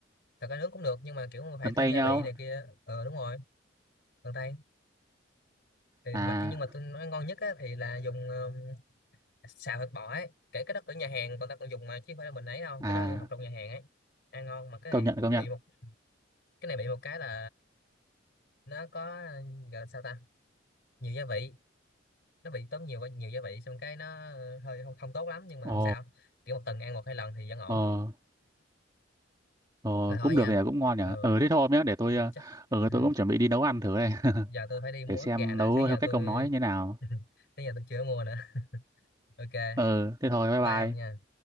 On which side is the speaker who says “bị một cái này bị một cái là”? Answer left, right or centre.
Left